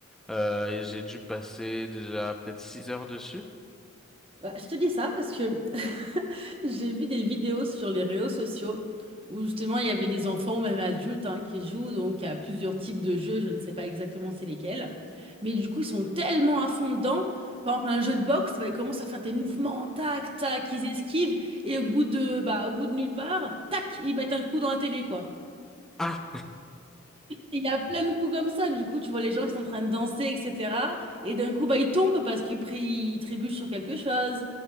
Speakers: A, in the centre; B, on the right.
A: Euh, et j'ai dû passer déjà peut-être 6 heures dessus.
B: Bah, je te dis ça parce que <laughs> j'ai vu des vidéos sur les réseaux sociaux où justement il y avait des enfants ou même adultes hein, qui jouent donc à plusieurs types de jeux, je ne sais pas exactement c'est lesquels, mais du coup ils sont tellement à fond dedans. Par exemple, un jeu de boxe, bah, ils commencent à faire des mouvements, tac, tac, ils esquivent et au bout de, bah, au bout de nulle part, tac, ils mettent un coup dans la télé quoi.
A: Ah,
B: Il y a plein de coups comme ça, du coup tu vois les gens qui sont en train de danser, etc. Et d'un coup bah, ils tombent parce qu'ils pri- ils trébuchent sur quelque chose